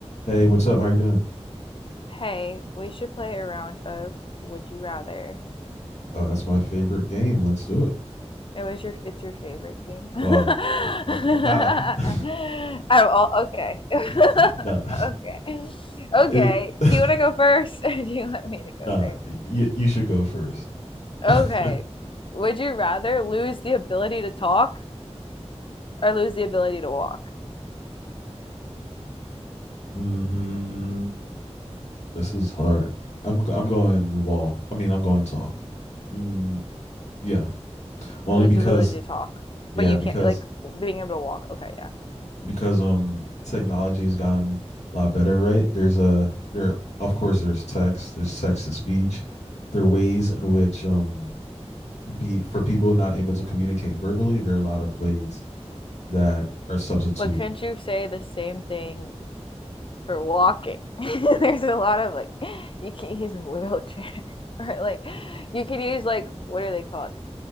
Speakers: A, on the left (about 80°); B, on the left (about 50°).
A: Hey, what's up? How you doing?
B: Hey, we should play a round of Would You Rather.
A: Oh, that's my favorite game. Let's do it.
B: It was your it's your favorite game. <laughs> oh,
A: Well, uh, uh, not a-
B: oh, okay. <laughs> okay.
A: <laughs> no, <laughs> Uh,
B: Okay.
A: it, <laughs>
B: Do you want to go first <laughs> or do you want me to go
A: nah.
B: first?
A: You you should go first.
B: Okay.
A: <laughs>
B: Would you rather lose the ability to talk or lose the ability to walk?
A: hmm This is hard. I'm g- I'm going walk. I mean, I'm going talk. Mm, yeah, only
B: Lose
A: because
B: the ability to talk, but
A: yeah
B: you
A: because
B: can't like being able to walk. Okay, yeah.
A: because um technology has gotten a lot better, right? There's a there of course there's text, there's text to speech. There are ways in which um be for people not able to communicate verbally, there are a lot of ways that are substitute.
B: But couldn't you say the same thing for walking. <laughs> There's a lot of like you can use a wheelchair <laughs> or like you can use like what are they called?